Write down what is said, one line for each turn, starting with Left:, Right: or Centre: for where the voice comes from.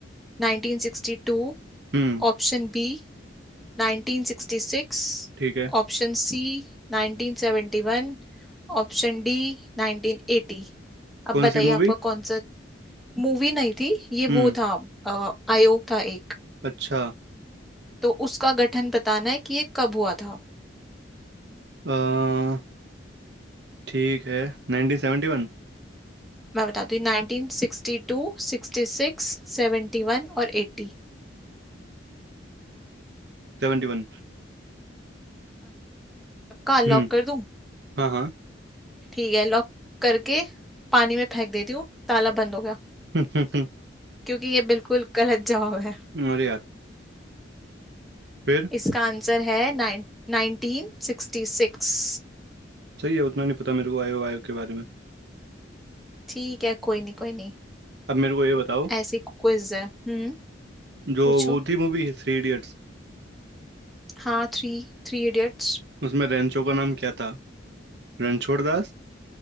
Centre: 1962
Right: हम्म,
Centre: option B 1966
Right: ठीक है
Centre: option C 1971 option D 1980 अब
Right: कौन
Centre: बताइए
Right: सी मूवी
Centre: आपका कौन सा मूवी नहीं थी ये
Right: हम्म
Centre: वो था अ, आयोग था एक
Right: अच्छा
Centre: तो उसका गठन बताना है कि ये कब हुआ था
Right: अ, ठीक है 1971
Centre: मैं बताती हूँ 1962 66 71 और 80
Right: 71
Centre: पक्का लॉक
Right: हम्म
Centre: कर दूं
Right: हाँ हाँ
Centre: ठीक है लॉक करके पानी में फेंक देती हूँ ताला बंद हो गया
Right: <laughs>
Centre: क्योंकि ये बिल्कुल गलत जवाब है
Right: अरे यार फिर
Centre: इसका आंसर है नाइन 1966
Right: सही है उतना नहीं पता मेरे को आयो आयो के बारे में
Centre: ठीक है कोई नहीं कोई नहीं
Right: अब मेरे को ये बताओ
Centre: ऐसी क्विज है हम्म
Right: जो
Centre: पूछो
Right: वो थी मूवी थ्री इडियट्स
Centre: हाँ थ्री थ्री इडियट्स
Right: उसमें रेंचो का नाम क्या था रणछोड़ दास